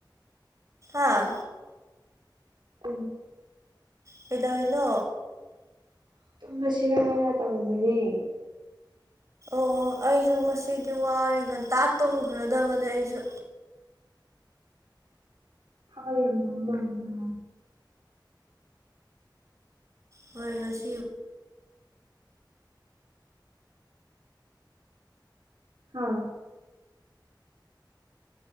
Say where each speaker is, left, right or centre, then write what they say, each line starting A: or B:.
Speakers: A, on the right; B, on the right.
A: ꯑꯥ
B: ꯎꯝ
A: ꯄꯗꯥꯅꯣ
B: ꯇꯨꯝꯃꯁꯤꯔꯥꯅ ꯇꯧꯔꯝꯕꯅꯤ
A: ꯑꯣ ꯑꯩꯁꯨ ꯉꯁꯤꯗꯤ ꯋꯥꯔꯦ ꯉꯟꯇꯥ ꯇꯣꯡꯈ꯭ꯔꯗꯕꯅꯦ ꯑꯩꯁꯨ
B: ꯍꯥꯎ ꯌꯥꯝꯗꯔ ꯂ ꯍꯥ
A: ꯍꯣꯏ ꯉꯁꯤ
B: ꯍꯥꯥ